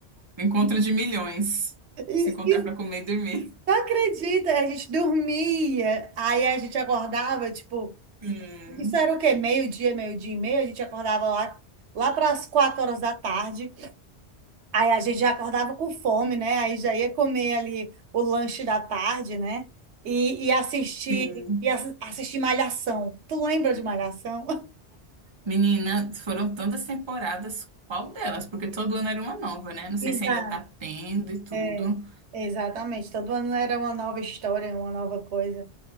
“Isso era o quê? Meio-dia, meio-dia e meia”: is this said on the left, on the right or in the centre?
Right